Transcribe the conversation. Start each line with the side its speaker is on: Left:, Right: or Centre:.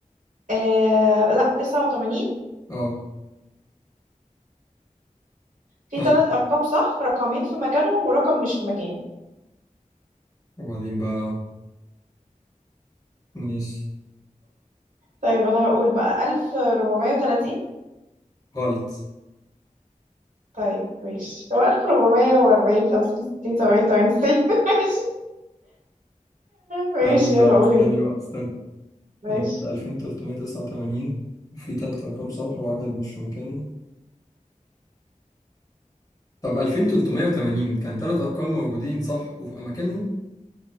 Right: آه... لا 89
Left: اه
Right: في
Left: ها
Right: ثلاث أرقام صح رقمين في مكانهم ورقم مش في مكانه
Left: وبعدين بقى ماشي
Right: طيب أنا هقول بقى 1430
Left: غلط
Right: طيب ماشي هو 1440 50 60 70 80 90 <laughs> ماشي ماشي
Left: ماليش دعوة
Right: يلا قول
Left: استني
Right: انت
Left: بقى استني
Right: ماشي
Left: انا قلت 2389 وفي تلات ارقام صح وواحد مش في مكانه طب 2380 كان تلات ارقام موجودين صح وفي اماكنهم